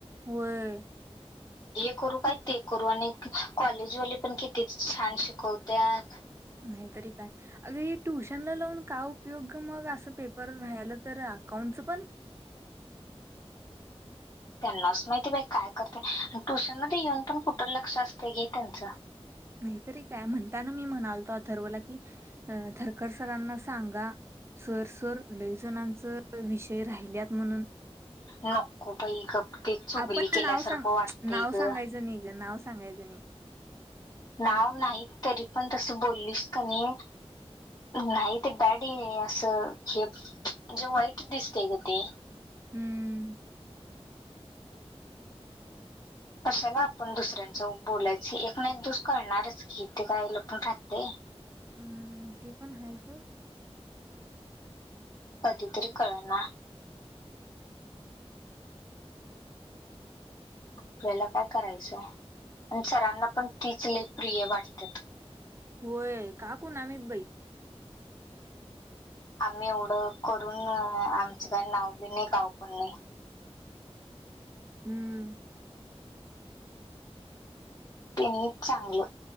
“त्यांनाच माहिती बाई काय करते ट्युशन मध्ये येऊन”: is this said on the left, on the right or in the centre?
Left